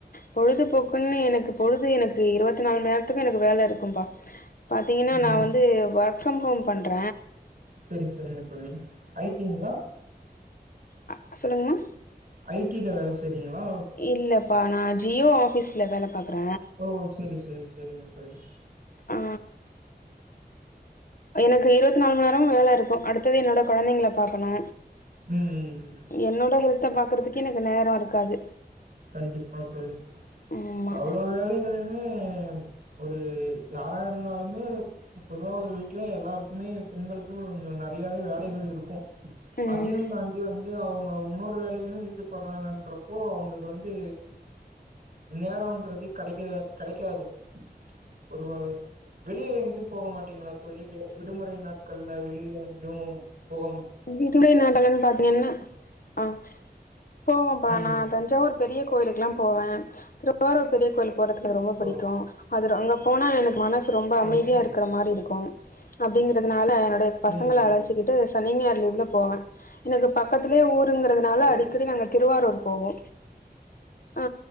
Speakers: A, on the left; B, on the right.
A: பொழுதுபோக்குன் எனக்கு பொழுது எனக்கு இருவத்திநாலு மண் நேரத்துக்கு எனக்கு வேல இருக்கும்பா பாத்தீங்கன்னா நா
B: ம்
A: வந்து ஒர்க் ஃப்ரம் ஹோம் பண்ற
B: சரி சரிங்க தோழி ஐ டி ங்ளா
A: ஆ சொல்லுங்ம்மா
B: ஐ டி ல வேல செய்றிங்ளா
A: இல்லப்பா நா ஜியோ ஆஃபீஸ்ல வேல பாக்ற
B: ஓ செரி செரி செ செரிங்க தோழி
A: ஆ எனக்கு இருவத்நாலு மண் நேரமு வேல இருக்கு அடுத்தது என்னோட கொழந்தைங்கள பாக்கணு
B: ம் ம் ம்
A: என்னோட ஹெல்த்த பாக்குறதுக்கே எனக்கு நேரோ இருக்காது
B: கண்டிப்பா தோழி
A: ஆமா
B: அவ்ளோ வேலைகளையுமே ஒரு யாரா இருந்தாலுமே பொதுவா ஒரு வீட்ல எல்லாருக்குமே பெண்களுக்கு கொஞ்சோ நெறையாவே வேலைகள் இருக்கு
A: ம்
B: அதையு தாண்டி வந்து அவுங்க இன்னொரு வேலையிலு ஈடுபட்றாங்கன்றப்போ அவுங்களு வந்து நேரொன்றதே கெடைக்க கெடைக்காது பொதுவாவே வெளிய எங்கயு போக மாட்டீங்ளா தோழி விடு விடுமுறை நாட்கள்ல வெளிலே எங்கயு போக
A: விடுமுறை நாட்கள்ன்னு பாத்தீங்கனா ஆ போவம்பா
B: ம்
A: நா தஞ்சாவூர் பெரிய கோயிலுக்குல்லா போவே திருவாரூர் பெரிய கோயில்க்கு போறதுக்கு எனக்கு ரொம்ப புடிக்கு
B: ஓ
A: அதுர அங்கே போனா எனக்கு மனசு ரொம்ப
B: ஓ
A: அமைதியா
B: சரி
A: இருக்குற மாரி இருக்கு அப்டிங்றதுனால என்னோடைய பசங்கள
B: ம்
A: அழச்சிக்கிட்டு
B: ம்
A: சனி ஞாயிறு லீவ்ல போவ எனக்கு பக்கத்லே ஊருங்குறதுனால
B: சரி
A: அடிக்கடி நாங்க திருவாரூர் போவோ ஆ